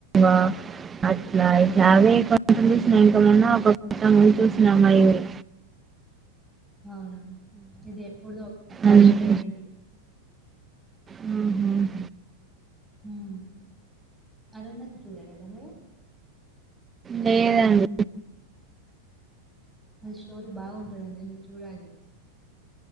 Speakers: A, on the right; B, in the centre.
A: ఆ అట్ల, ఇట్ల అవే కొన్నీ చూసినా ఇంకా <unintelligible> <unintelligible> చూసినమా ఎవరు
B: అవునా, ఇది ఎప్పుడుదో
A: అంతే.
B: Nineteen twenty.
A: ఉహుమ్
B: ఉమ్ అరుంధతి చూడలేదా మీరు.
A: లేదాండ్
B: అది స్టోరీ బాగుంటదండి మీరు చూడాలి.